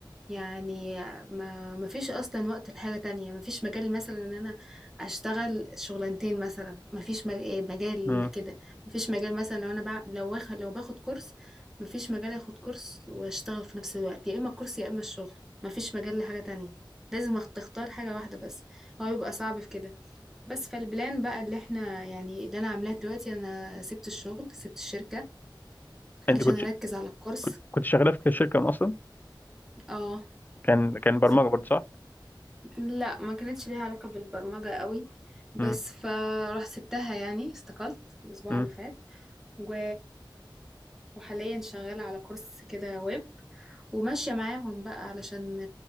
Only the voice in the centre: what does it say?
يعني ما ما فيش اصلا وقت لحاجه تانية ما فيش مجال مثلا ان انا اشتغل شغلانتين مثلا ما فيش مجال
كده ما فيش مجال مثلا لو انا بع... لو واخد لو باخد كورس ما فيش مجال اخد كورس واشتغل في نفس الوقت يا اما الكورس يا اما الشغل ما فيش مجال لحاجه تانية لازم أخت- تختار حاجة واحدة بس هو بيبقى صعب في كده بس فالبلان بقى اللي احنا يعني اللي انا عاملاه دلوقتي انا سبت الشغل سبت الشركة
علشان
اركز على الكورس
اه
سب...
لا ما كانتش ليها علاقة بالبرمجة قوي بس
فراح سبتها يعني استقلت الاسبوع
اللي فات و... وحاليا شغالة على كورس كده ويب وماشية معاهم بقى علشان